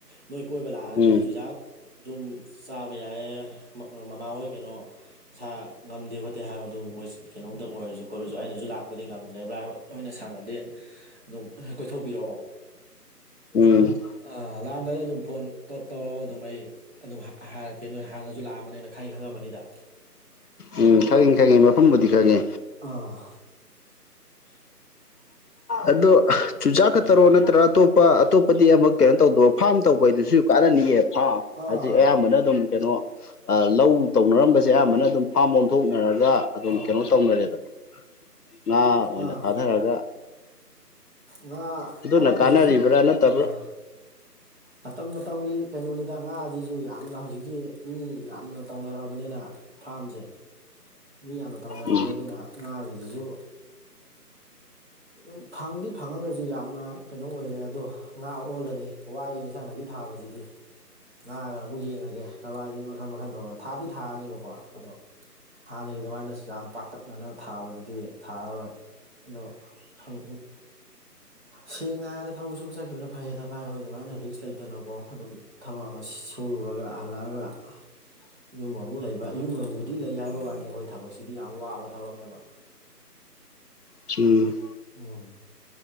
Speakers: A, on the right; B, on the left.
A: ꯅꯣꯏ ꯀꯣꯏꯕ ꯂꯥꯛꯑꯗꯤ
B: ꯎꯝ
A: ꯆꯨꯖꯥꯛ ꯑꯗꯨꯝ ꯆꯥꯕ ꯌꯥꯏꯌꯦ ꯃꯃꯥ ꯍꯣꯏ ꯀꯩꯅꯣ ꯏꯁꯥ ꯉꯝꯗꯦ ꯈꯣꯠꯇꯦ ꯍꯥꯏꯕꯗꯨ ꯃꯣꯏ ꯀꯩꯅꯣꯝꯇꯪ ꯑꯣꯏꯔꯁꯨ ꯈꯣꯠꯂꯁꯨ ꯑꯩꯅꯁꯨ ꯂꯥꯛꯄꯗꯤ ꯉꯝꯗ꯭ꯔꯦꯕ꯭ꯔ ꯑꯩꯣꯏ ꯑꯣꯏꯅ ꯁꯥꯡꯉꯗꯤ ꯑꯗꯨꯝ ꯀꯣꯏꯊꯣꯛꯤꯔꯛꯑꯣ
B: ꯎꯝ
A: ꯑ ꯂꯥꯟꯗꯥꯗ ꯑꯗꯨꯝ ꯐꯣꯟ ꯇꯧꯔꯒ ꯑꯗꯨꯝ ꯑꯩ ꯑꯗꯨꯝ ꯍꯥꯏꯔꯛꯀꯦ ꯅꯣꯏ ꯍꯥꯟꯅꯁꯨ ꯂꯥꯛꯑꯝꯕꯅ‌ꯦꯅ ꯈꯪꯗꯤ ꯈꯪꯉꯝꯃꯅꯤꯗ
B: ꯎꯝ ꯈꯪꯉꯤ ꯈꯪꯉꯤ ꯃꯐꯝꯕꯨꯗꯤ ꯈꯪꯉꯦ
A: ꯑꯥ ꯆ
B: ꯑꯗꯣ ꯆꯨꯖꯥꯛ ꯈꯛꯇꯔꯣ
A: ꯑꯥ
B: ꯅꯠꯇ꯭ꯔꯥ ꯑꯇꯣꯞ ꯑꯄ ꯑꯇꯣꯞꯄꯗꯤ ꯑꯃꯛ ꯀꯩꯅꯣ ꯇꯧꯗꯕ ꯐꯥꯝ ꯇꯧꯕꯩꯗꯨꯁꯨ ꯀꯥꯟꯅꯅꯤꯉꯦꯕ ꯍꯥ
A: ꯑꯥ
B: ꯍꯧꯖꯤꯛ ꯑꯌꯥꯝꯕꯅ ꯑꯗꯨꯝ ꯀꯩꯅꯣ ꯑ ꯂꯧ ꯇꯧꯅꯔꯝꯕꯁꯦ ꯑꯌꯥꯝꯕꯅ ꯑꯗꯨꯝ ꯐꯥꯝ ꯑꯣꯟꯊꯣꯛꯅꯔꯒ ꯑꯗꯨꯝ
A: ꯑꯧ
B: ꯀꯩꯅꯣ ꯇꯧꯅꯔꯦꯗꯅ ꯉꯥ ꯑꯣꯏꯅ
A: ꯑꯥ
B: ꯊꯥꯗꯔꯒ
A: ꯉꯥ
B: ꯑꯗꯨꯅ
A: ꯉꯥꯒꯤꯁꯤꯁꯨ
B: ꯀꯥꯟꯅꯔꯤꯕ꯭ꯔꯥ ꯅꯠꯇꯕ꯭ꯔꯥ
A: ꯑꯥ ꯃꯇꯝ ꯃꯇꯝꯒꯤ ꯀꯩꯅꯣꯅꯤꯗ ꯉꯥꯁꯤꯁꯨ ꯌꯥ ꯌꯥꯝꯅ ꯍꯧꯖꯤꯛꯁꯤ ꯃꯤ ꯌꯥꯝꯅ ꯇꯧꯅꯔꯛꯑꯕꯅꯤꯅ ꯐꯥꯔꯝꯁꯦ ꯃꯤ ꯌꯥꯝꯅ ꯇꯧꯅꯔꯛꯑꯦ
B: ꯎꯝ
A: ꯑꯗꯨꯅ ꯉꯥꯖꯤꯡꯖꯤꯖꯨ ꯑꯗꯨꯝ ꯐꯪꯗꯤ ꯐꯪꯉꯒꯖꯨ ꯌꯥꯝꯅ ꯀꯩꯅꯣ ꯑꯣꯏꯌꯦ ꯑꯗꯣ ꯉꯥ ꯑꯣꯜꯂꯅꯤ ꯋꯥꯏꯑꯦ ꯏꯟꯁꯥꯡ ꯅꯥꯄꯤ ꯊꯥꯕꯖꯤꯗꯤ ꯉꯥꯒꯅ ꯑꯃꯨꯛ ꯌꯦꯡꯉꯒꯦ ꯀꯔꯕꯥꯔꯁꯤ ꯃꯈꯜ ꯃꯈꯜ ꯇꯧꯔꯒ ꯊꯥꯗꯤ ꯊꯥꯔꯅꯤꯕꯀꯣ ꯑꯗꯣ ꯍꯥꯟꯅꯒꯤ ꯑꯗꯨꯃꯥꯏꯅꯁꯨ ꯌꯥꯝ ꯄꯥꯛꯇꯛꯅꯅ ꯊꯥꯕꯗꯗꯤ ꯊꯥꯔꯔꯣꯏ ꯑꯗꯣ ꯈꯪ ꯁꯦꯡꯅ ꯍꯥꯏꯔꯛ ꯊꯕꯛ ꯁꯨꯕ ꯆꯠꯈꯤꯕꯅ ꯐꯩꯌꯦ ꯊꯚꯥꯏ ꯑꯩꯈꯣꯏ ꯑꯗꯨꯃꯥꯏꯅ ꯔꯤꯛꯁ ꯂꯩꯇꯅꯀꯣ ꯑꯗꯨꯝ ꯊꯕꯛ ꯑꯃ ꯁꯨꯔꯒ ꯍꯜꯂꯛꯑꯒ ꯑ ꯌꯨꯃꯗ ꯂꯩ ꯕ ꯌꯨꯝꯕꯕꯨꯗꯤ ꯂꯩ ꯍꯥꯏꯕ ꯋꯥꯅꯤ ꯑꯩꯈꯣꯏ ꯊꯕꯛꯁꯤꯗꯤ ꯌꯥꯝ ꯋꯥꯕ ꯊꯕꯛꯅꯦꯕ
B: ꯆꯨ
A: ꯎꯝ